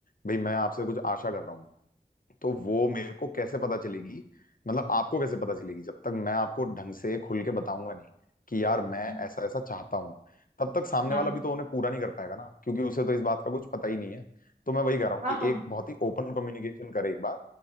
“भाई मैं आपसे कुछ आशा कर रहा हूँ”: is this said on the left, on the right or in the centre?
Left